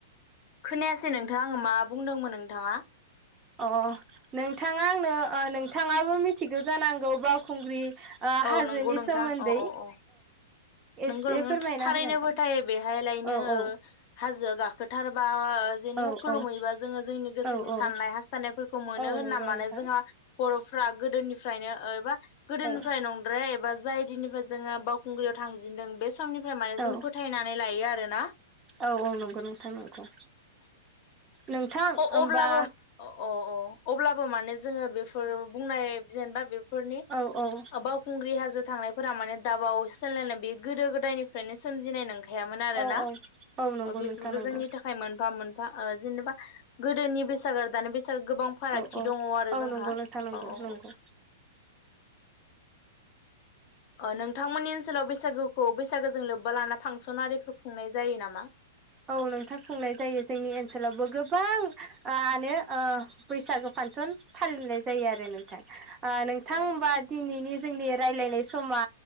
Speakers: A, on the left; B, on the right.
A: खोनायासै नोंथां आङो मा बुंदोंमोन नोंथांङा
B: अ नोंथाङा आंनो ओ नोंथाङाबो मिथिगौ जानांगौ बावखुंग्रि ओ
A: औ
B: हाजोनि
A: नंगौ नोंथां
B: सोमोन्दै
A: औ औ औ नंगौ
B: एसे
A: नोंथां
B: फोरमायना
A: थारैनो
B: होनो हागोन
A: फोथायो बेहाय लायनो
B: औ औ
A: हाजोआ गाखो गोथार बा आ जेन
B: औ
A: खुलुहैबा
B: औ
A: जोङो जोंनि गोसोनि
B: औ औ
A: साननाय हास्थायनायफोरखौ मोनो
B: औ
A: होनना
B: नंगौ
A: मानो
B: नोंथां
A: जोंहा बर' फ्रा गोदोनिफ्रायनो एबा गोदोन
B: औ
A: फ्राय नंद्राया एबा जाय दिननिफ्राय जोङो बावखुंग्रियाव थांजेनदों बे समनिफ्राय माने
B: औ
A: जों फोथायनानै लायो आरोना
B: औ औ नंगौ नोंथां नंगौ नोंथां
A: अ
B: होमबा
A: अब्लाबो अ अ अब्लाबो माने जोङो बेफोर बुंनाय जेनेबा बे फोरनि
B: औ औ
A: बावखुंग्रि हाज <unintelligible> थांनायफोरा माने दाबाव सोलायनाय बे गोदो गोदायनिफ्रायनो सोमजिनाय नों थायामोन आरोना
B: औ औ औ नंगौ
A: बेफोरबो
B: नोंथां नंगौ
A: जोंनि थाखाय मोनफा-मोन बा ओ जेनेबा गोदोनि बैसागो आरो दानि बैसा <unintelligible> गोबां फारागथि
B: औ औ
A: दङ आरो
B: औ
A: जोंहा
B: नंगौ नोंथां नंगौ
A: औ औ
B: नंगौ
A: औ अ नोंथांमोननि ओनसोलाव बैसागुखौ बैसागुजों लोब्बा लाना फांसन आरारिफोर खुंनाय जायो नामा
B: औ नोंथां खुंनाय जायो जोंनि ओनसोलावबो गोबांआनो ओ बैसागो फासन फालिनाय जायो आरो नोंथां आ नोंथां
A: औ
B: होमबा दिनैनि जोंनि रायज्लायनाय समा